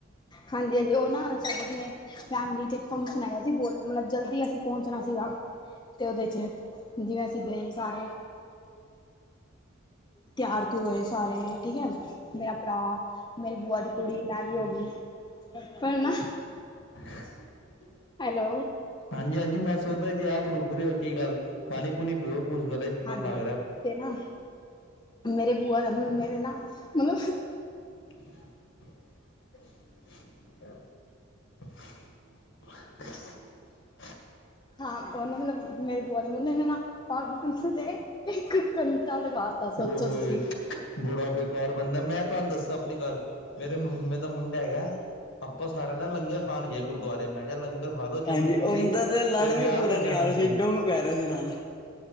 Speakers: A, on the left; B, on the left.
A: ਹਾਂਜੀ ਹਾਂਜੀ ਉਹ ਨਾ ਜਿਵੇਂ ਫੈਮਲੀ ਚ ਏਕ ਫੰਕਸ਼ਨ ਹੈਗਾ ਸੀ ਬੋਤ ਮਲਬ ਜਲਦੀ ਅਸੀਂ ਪਹੁੰਚਣਾ ਸੀਗਾ। ਤੇ ਉਹਦੇ ਚ ਜਿਵੇਂ ਅਸੀਂ ਗਏ ਸਾਰੇ। ਤਿਆਰ ਤਯੁਰ ਹੋਏ ਸਾਰੇ ਠੀਕ ਐ। ਮੇਰਾ ਭਰਾ ਮੇਰੀ ਬੂਆ ਦੀ ਕੁੜੀ ਮੈਂ ਵੀ ਹੋ ਗੀ। ਪਰ ਨਾ
B: <inaudible>
A: ਹੈਲੋ।
B: ਹਾਂਜੀ ਹਾਂਜੀ ਮੈਂ ਸੁਣ ਰਿਆ ਜੀ ਆਪ ਰੁਕ ਰੇ ਓ ਕੀ ਗੱਲ ਪਾਣੀ ਪੂਣੀ ਪੀਓ ਕੁਛ ਗਲੇ ਮੈਨੂੰ
A: ਹਾਂਜੀ
B: ਲੱਗ ਰਿਹਾ
A: ਤੇ ਨਾ ਮੇਰੇ ਬੂਆ ਦਾ ਮੁੰਡੇ ਨੇ ਨਾ ਮਲਬ
B: <inaudible> <inaudible>
A: ਹਾਂ ਉਹਨਾ ਮਲਬ ਮੇਰੇ ਬੂਆ ਦੇ ਮੁੰਡੇ ਨੇ ਨਾ ਪੱਗ ਪੁਗ ਦੇ ਇੱਕ ਘੰਟਾ ਲਗਾ ਤਾ ਸੋਚੋ
B: ਹੋ ਹੋਏ
A: ਤੁਸੀਂ
B: ਬੜਾ ਬੇਕਾਰ ਬੰਦੇ ਮੈਂ ਤੁਆਨੂੰ ਦੱਸਾਂ ਆਪਣੀ ਗੱਲ ਮਰੇ ਮਾਮੇ ਦਾ ਮੁੰਡਾ ਹੈਗੇ ਆਪਾਂ ਸਾਰਿਆਂ ਨਾ ਲੰਗਰ ਖਾਣਗੇ ਗੁਰਦੁਆਰੇ ਮੈਂ ਕਿਆ ਲੰਗਰ ਖਾ ਲੋ ਜਲਦੀ-
A: ਹਾਂਜੀ
B: ਜਲਦੀ
A: ਉਹਨਾਂ ਦਾ ਤੇ ਲੜ
B: ਫੇਰ ਵਿਆਹ
A: ਵੀ
B: ਤੇ ਜਾਣਾ ਸ
A: <unintelligible>